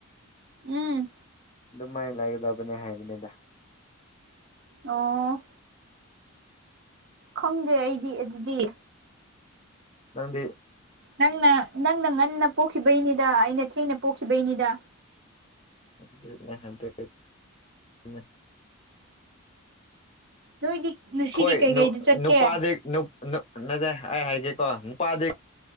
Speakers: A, on the right; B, on the left.
A: ꯎꯝ
B: ꯑꯗꯨꯃꯥꯏꯅ ꯂꯥꯏꯒꯗꯧꯕꯅꯦ ꯍꯥꯏꯕꯅꯤꯗ
A: ꯑꯣ ꯈꯪꯗꯦ ꯑꯩꯗꯤ ꯑꯗꯨꯗꯤ
B: ꯅꯪꯗꯤ
A: ꯅꯪꯅ ꯅꯪꯅ ꯉꯟꯅ ꯄꯣꯛꯈꯤꯕꯩꯅꯤꯗ ꯑꯩꯅ ꯊꯦꯡꯅ ꯄꯣꯛꯈꯤꯕꯩꯅꯤꯗ
B: <unintelligible>
A: ꯅꯣꯏꯗꯤ ꯉꯁꯤꯗꯤ
B: ꯍꯣꯏ
A: ꯀꯩꯀꯩꯗ
B: ꯅꯨ
A: ꯆꯠꯀꯦ
B: ꯅꯨꯄꯥꯗꯤ <unintelligible>